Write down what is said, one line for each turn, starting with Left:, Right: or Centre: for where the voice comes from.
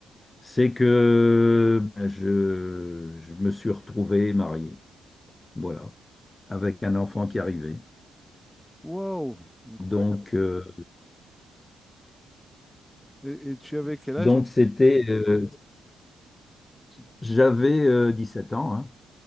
Left: C'est que ben, je, je me suis retrouvé marié. voilà, avec un enfant qui arrivait.
Centre: Wow, incroyable.
Left: Donc, euh,
Centre: Et, et tu avais quel âge
Left: donc
Centre: donc?
Left: c'était, euh,
Centre: Tu-
Left: j'avais
Centre: tu-
Left: euh, sept ans, hein.